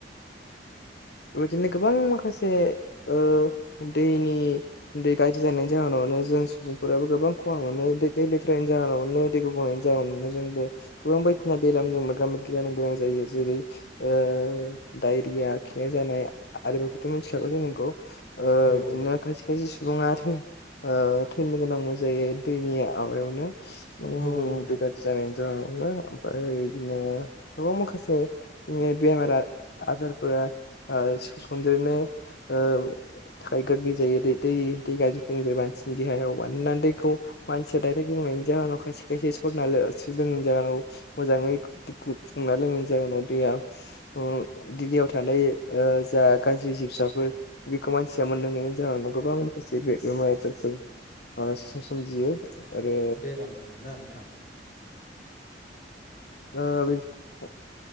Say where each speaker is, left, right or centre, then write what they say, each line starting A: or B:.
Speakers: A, on the left; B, on the left.
A: <inaudible>
B: बिदिनो गोबां माखासे ओ दैनि दै गाज्रि जानायनि जाहोनाव नो जों सुबुंफोराबो गोबां खहा मोनो दै दै लेथ्रानि जाहोनावनो दै गुबुंनायनि जाहोनाव नों जोंबो गो बां बायदिसिना बेलामजों मोगा मोगि जानो गोनां जायो जेरै ओ डायरिया खिनाय जानाय आरो बेखौथ' मिथिखागौ जानांगौ ओ
A: औ
B: इदिनो खायसे खायसे सुबुङा थै ओ थैनो गोनांबो जायो दैनि आबायावनो। उम
A: औ नोंथां
B: बिराद जानाय जाउनाव नो आमफाय इदिनो गोबां माखासे नि बेमारा आदारफोरा ओ स-सन्देरनो ओ थाखाय गारलै जायो। दे दै दै गारजिफोरनिफाय मान सिनि देहायाव मानोना दैखौ मानसिया डाइरेक्ट लोंनायनि जाहोनाव खायसे खायसे सरना लो ओ सोदों जाहोनाव मोजाङै दै खु फुदुंना लोंनायनि जाहोनाव दैया उम दैयाव थानाय ओ जा गाज्रि जिबसाफोर बेखौ मानसिया मोनलोंनायनि जाहोनाव गोबां जेबो बेमार आजारफोर माबा सो सोमजियो। आरो
A: बेराम आरोना नोंथां।
B: आ <unintelligible>